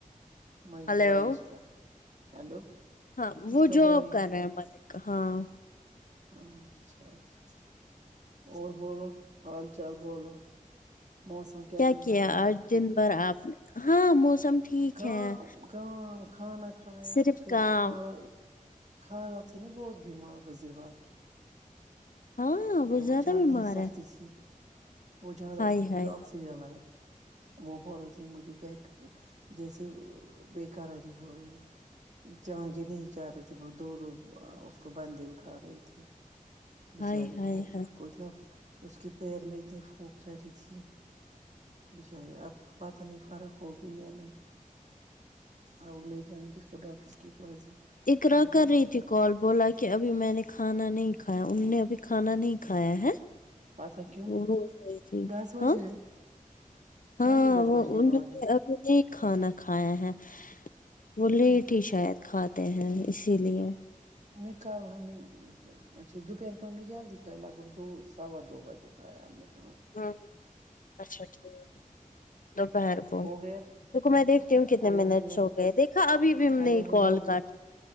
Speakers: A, on the right; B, on the left.
A: ملک
B: ہلو
A: بھائی اس کا ہیلو
B: ہاں وہ
A: اس کا
B: جاب
A: بھائی
B: کر رہے ہیں ملک ہاں
A: اں اچھا اچھا اور بولو حال چال بولو موسم کیسا
B: کیا
A: ہے
B: کیا
A: وہاں کا
B: آج
A: ٹھیک
B: دن بھر
A: ہے
B: آپ نے ہاں موسم ٹھیک
A: کام
B: ہے
A: کام کھانا کھایا
B: صرف
A: پھر
B: کام
A: کھانا خالہ تھی نا بہت بیمار وزیر باغ کی
B: ہاں
A: وہ
B: زیادہ
A: چل
B: بیمار
A: نہیں سکتی
B: ہے
A: تھی وہ زیادہ
B: ہائے
A: اس کو
B: ہائے
A: پھر آکسیجن لگا وہ بول رہی تھی مجھے بیک جیسے بے قراری ہو رہی ہے چل نہیں پارہی تھی وہ دو دو اس کو بندے اٹھا رہے تھے بچاری
B: ہائے ہائے
A: کو
B: ہائے
A: اس کو اتنا اس کے پیر میں اتنی پھونک چڑی تھی بچاری اب پتہ نہیں فرق ہوا بھی یانہیں اب لے جائیں گے اس کو ڈاکٹر کے پاس بھی
B: اقرا
A: کیا بولے
B: کر رہی
A: گا
B: تھی
A: ڈاکٹر
B: کال بولا کہ ابھی میں نے کھانا نہیں کھایا انہوں نے ابھی کھانا نہیں کھایا ہے
A: پتہ کیوں
B: وہ ہو جائے تھ ہی
A: دس بج
B: ہاں
A: گئے
B: ہاں
A: ساڑھے دس
B: وہ
A: بجنے
B: انہوں
A: والے
B: نے ابھی نہیں کھانا کھایا ہے وہ
A: ہیں
B: لیٹ ہی شاید کھاتے ہیں اسی لیے
A: نکال ہمانی اچھا دوپہر کو ہم نے جلدی کھائے لگ بگ دو سوا دو بجے کائے ہم نے ک
B: ہوں اچھا ٹھیک ہے دوپہر کو
A: ہو گیا کتنے
B: دک میں
A: منٹ
B: دیکھتی ہوں کتنے
A: الیون
B: منٹس
A: منٹ
B: ہو گئے دیکھا ابھی بھی ہم
A: الیون
B: نے کال
A: ہو گئے
B: کاٹ